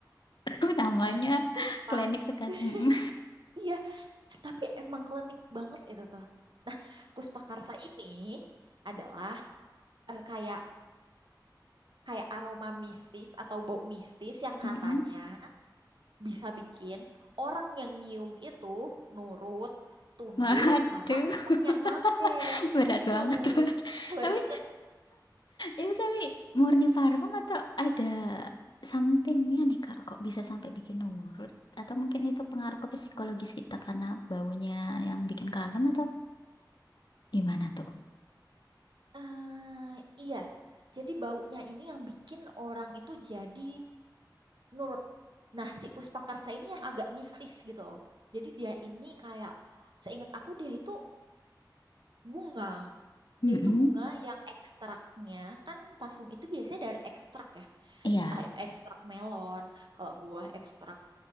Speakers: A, on the left; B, on the right.
A: <laughs> Namanya
B: Nah, Puspa,
A: klinik sekali.
B: <laughs>
A: Mm-mm.
B: iya, tapi emang klinik banget itu tuh. Nah, Puspakarsa ini adalah eh, kayak kayak aroma mistis atau bau mistis yang
A: mm
B: katanya
A: <laughs> Mm-mm.
B: bisa bikin orang yang nyium itu nurut, tunduk
A: Waduh,
B: sama orang yang make
A: <laughs> berat
B: gitu.
A: banget. Mas.
B: Aku Baru
A: Tapi
B: inget.
A: ini tapi murni parfum atau ada somethingnya nih Kak? Kok bisa sampai bikin nurut? Atau mungkin itu pengaruh ke psikologis kita karena baunya yang bikin kalem atau gimana tuh?
B: Ah, iya. Jadi baunya ini yang bikin orang itu jadi nurut. Nah, si Puspakarsa ini yang agak mistis gitu loh. Jadi dia ini kayak seingat aku dia itu bunga.
A: Mm-mm.
B: Dia itu bunga yang ekstraknya kan parfum itu biasanya dari ekstrak ya.
A: Iya.
B: Entah itu ekstrak melon, kalau buah ekstrak